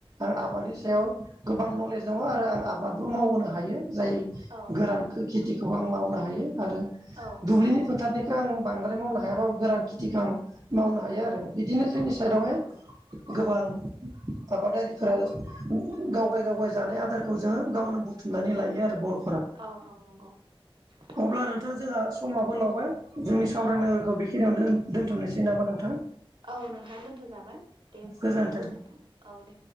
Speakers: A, on the right; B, on the right.
A: आरो आबादनि
B: औ
A: सायाव गोबां नलेज दङ आरो आं आ आबादबो
B: औ
A: मावनो हायो जाय
B: औ
A: गोरानखौ खेथिखौबो आं मावनो हा हायो। आरो
B: औ
A: दुब्लिनि फोथारनि आं बांद्राय मावनो हायाबाबो गोरान खेथिखौ आं मावनो हायो आरो बिदिनो जोंनि साइडआवहाय
B: औ नंगौ
A: गोबां आबादारिफोरा
B: औ
A: गावगाय गावगाय जानाय आदारखौ जोङो गावनो बुथुमनानै लायो आरो बर'
B: औ औ नंगौ।
A: अब्ला
B: ओ
A: नोंथां जोंहा समाबो लावबाय जोंनि सावरायनांगौखौ
B: औ
A: बेखिनियावनो दोन्थ'नोसै नामा नोंथां
B: औ नोंथां दोनथ' जागोन दे बिदिब्ला
A: गोजोन्थों।
B: औ दे